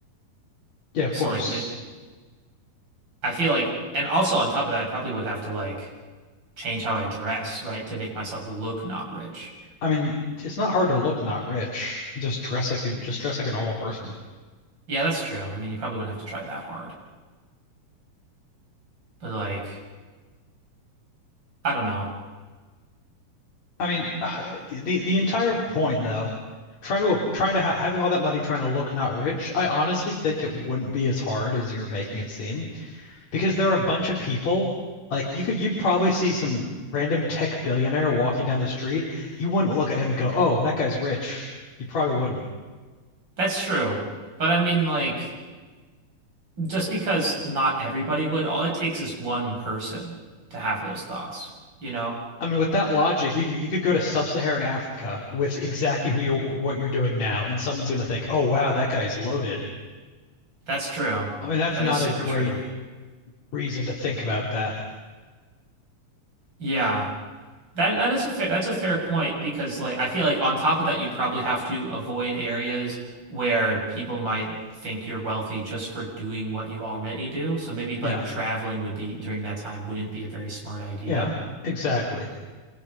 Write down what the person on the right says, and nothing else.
So
like there's I feel like and also on top of that, I probably would have to like change how I dress, right, to make myself look not rich.
Yeah, that's true. I mean, you probably wouldn't have to try that hard. But like, I don't know.
That's true. But I mean like just because not everybody would, all it takes is one person to have those thoughts, you know?
That's true.
That
is super
true.
Yeah. That that is a fair that's a fair point because like I feel like on top of that you'd probably have to avoid areas where people might think you're wealthy just for doing what you already do. So maybe like
traveling would be during that time wouldn't be a very smart idea.